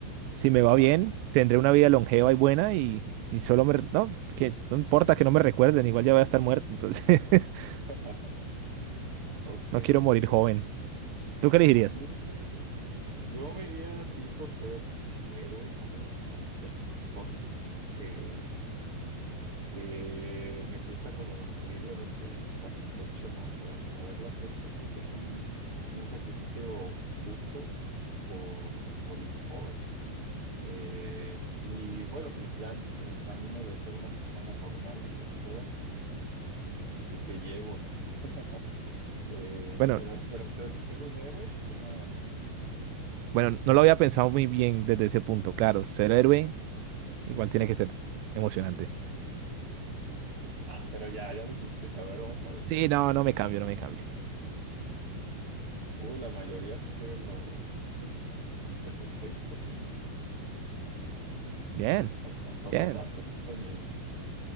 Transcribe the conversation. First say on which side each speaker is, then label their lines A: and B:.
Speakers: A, on the right; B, on the right.
A: Si me
B: Ajá.
A: va bien, tendré una vida longeva y buena y, y solo me... re- No, que no importa que no me recuerden, igual ya voy a estar muerto, entonces <laughs>
B: <laughs> Ok,
A: no quiero
B: ok.
A: morir joven. ¿Tú qué elegirías?
B: A mí, yo me iría así por ser héroe, como para hacer cosas que eh, me sienta como increíblemente satisfecho, ¿no? Por has- haberlas hecho. Creo que es un, un sacrificio justo por morir joven. Eh, y bueno, pues ya en el camino de ser una persona normal y lo prueba, creo que ese es el que, el que llevo, ¿no? <laughs> Eh,
A: Bueno,
B: pero pero ser, ser un héroe suena emocionante. Eh,
A: bueno, no lo había pensado muy bien desde ese punto, claro, ser héroe igual
B: ajá.
A: tiene que ser emocionante.
B: Ah, pero ya, ya dijiste. A ver, vamos a ver.
A: Sí, no, no
B: Mm.
A: me cambio, no me cambio.
B: Uy, la mayoría prefiere lo, lo que tú dijiste, 56%.
A: Bien,
B: No tanto,
A: bien.
B: no tanto, está reñido.